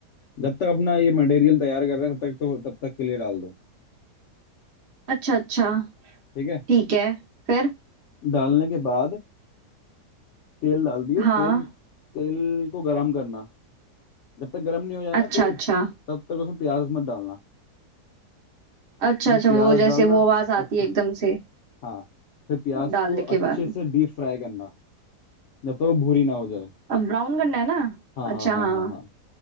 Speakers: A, on the left; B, on the right.
A: जब तक अपना ये मटेरियल तैयार कर रहे हैं तब तक तो तब तक के लिए डाल दो
B: अच्छा अच्छा
A: ठीक है
B: ठीक है फिर
A: डालने के बाद तेल डाल दियो
B: हाँ
A: तेल तेल को गरम करना जब तक गरम नहीं हो जाए ना
B: अच्छा
A: तेल
B: अच्छा
A: तब तक उसमें प्याज मत डालना
B: अच्छा
A: उसमें
B: अच्छा
A: प्याज
B: वो जैसे
A: डालना
B: वो आवाज
A: और
B: आती है एकदम से
A: हाँ फिर प्याज
B: डालने
A: को
B: के
A: अच्छे
B: बाद
A: से डीप फ्राई करना जब तक वो भूरी ना हो जाए
B: अब ब्राउन करना है ना
A: हाँ
B: अच्छा
A: हाँ हाँ
B: हाँ
A: हाँ हाँ